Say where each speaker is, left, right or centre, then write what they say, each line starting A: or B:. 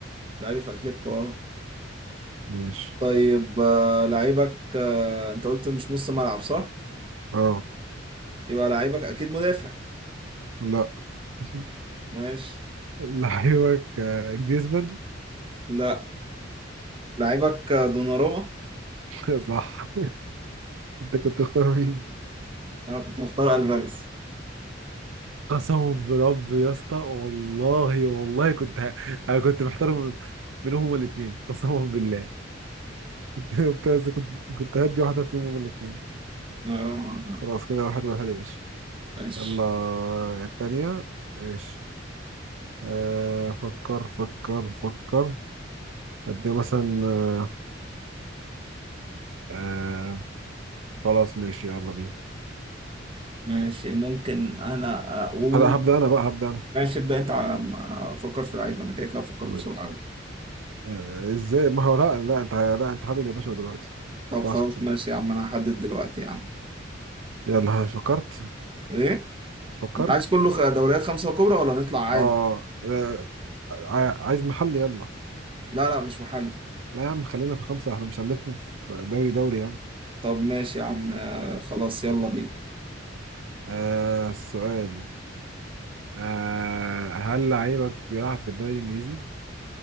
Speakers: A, on the right; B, on the right.
A: لعيبي في اتلتيكو اه
B: ماشي
A: طيب آه، لعيبك آه، انت قلت مش نص ملعب صح
B: اه
A: يبقى لعيبك اكيد مدافع
B: لا <laughs>
A: ماشي
B: لعيبك آه، جريزمان
A: لا لعيبك آه، دوناروما
B: <laughs> صح انت كنت تختار مين
A: انا كنت مختار الفاريز
B: قسما برب يا اسطى والله والله كنت ه... انا كنت محترم منهم هما الاثنين قسما بالله <laughs> كنت عايز- كنت كنت هدي واحده فيهم هما الاثنين
A: آه،
B: خلاص كده واحد واحد يا باشا
A: ماشي
B: يلا الثانيه ماشي آه فكر فكر فكر اديها مثلا آه خلاص ماشي يلا بينا
A: ماشي ممكن انا اقول
B: انا هبدا انا بقى هبدا
A: ماشي ابدا انت على ما افكر في لعيب انا كده كده افكر
B: انا
A: بسرعه أوي.
B: آه، ازاي ما هو لا لا انت لا انت حدد يا باشا دلوقتي
A: طب
B: ما
A: خلاص
B: ينفعش كده.
A: ماشي يا عم انا هحدد دلوقتي يا عم
B: يلا ها، فكرت
A: ايه
B: فكرت
A: انت عايز كله خ- دوريات خمسه كبرى ولا نطلع عادي
B: اه آه، ع- عايز محل يلا
A: لا لا مش محل
B: لا يا عم خلينا في خمسة احنا مش هنلف في دوري دوري يعني
A: طب ماشي يا عم آه، خلاص يلا بينا
B: آه السؤال آه هل لعيبك بيلعب في الدوري الإنجليزي؟